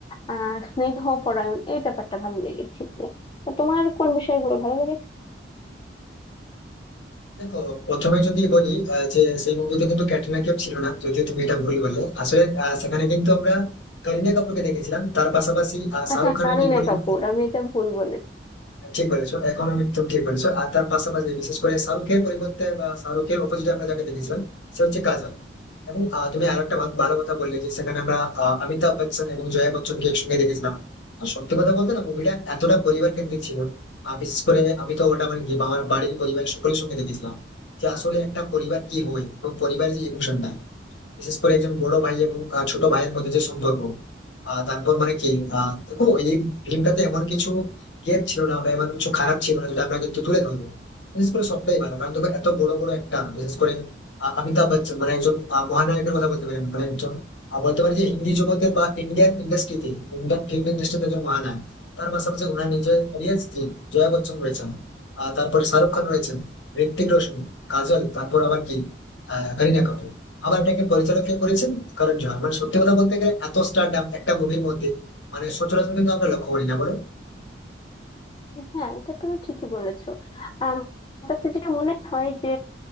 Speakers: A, on the left; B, on the left.
A: আহ স্নেহপরায়ণ এই ব্যাপারটা ভালো লেগেছিল তো তোমার কোন বিষয়গুলো ভালো লেগেছে
B: দেখো প্রথমে যদি বলি আহ, যে সেই মুভিতে কিন্তু ক্যাটরিনা কাইফ ছিল না যদিও তুমি এটা ভুল বললে আসলে আহ, সেখানে কিন্তু আমরা কারিনা কাপুরকে দেখেছিলাম তার পাশাপাশি আহ, শাহরুখ
A: আচ্ছা
B: খানের
A: কারিনা
B: বিপরীত
A: কাপুর আমি এটা ভুল বলেছি
B: ঠিক বলেছো এখন আমি তুমি ঠিক বলেছো আর তার পাশাপাশি বিশেষ করে শাহরুখের পরিবর্তে বা শাহরুখের অপোজিটে আমরা যাকে দেখেছিলাম সে হচ্ছে কাজল এবং আহ, তুমি আর একটা ভালো কথা বললে যে সেখানে আমরা আহ, অমিতাভ বচ্চন এবং জয়া বচ্চনকে একসঙ্গে দেখেছিলাম আর সত্যি কথা বলতে না মুভিটা এতটা পরিবার কেন্দ্রিক ছিল আর বিশেষ করে আমি তো ওটা মানে কি আমার বাড়ির পরিবারের সকলের সঙ্গে দেখেছিলাম যে আসলে একটা পরিবার কি হয় এবং পরিবারের যে ইমোশনটা বিশেষ করে একজন বড় ভাই এবং আহ, ছোট ভাইয়ের মধ্যে যে সম্পর্ক আহ, তারপর মানে কি আহ, দেখো এই ফিল্মটাতে এমন কিছু গ্যাপ ছিল না বা এমন কিছু খারাপ ছিল না যেটা আমরা কিন্তু তুলে ধরবো বিশেষ করে সবটাই ভালো কারণ দেখো এত বড় বড় একটা বিশেষ করে আহ, অমিতাভ বচ্চন মানে একজন আহ, মহানায়কের কথা বলতে পারি মানে একজন আহ, বলতে পারি যে হিন্দি জগতের বা ইন্ডিয়ান ইন্ডাস্ট্রিতে ইন্ডিয়ান ফিল্ম ইন্ডাস্ট্রিতে একজন মহানায়ক তার পাশাপাশি ওনার নিজের অডিয়েন্স কি জয়া বচ্চন রয়েছেন আহ, তারপরে শাহরুখ খান রয়েছেন ঋত্বিক রোশন কাজল তারপর আবার কি আহ, করিনা কাপুর আবার এটাকে পরিচালক কে করেছেন করণ জোহার মানে সত্যি কথা বলতে গেলে এত স্টারডাম একটা মুভির মধ্যে মানে সচরাচর কিন্তু আমরা লক্ষ্য করি না বলো
A: হ্যাঁ এটা তুমি ঠিকই বলেছো আর আমার কাছে যেটা মনে হয় যে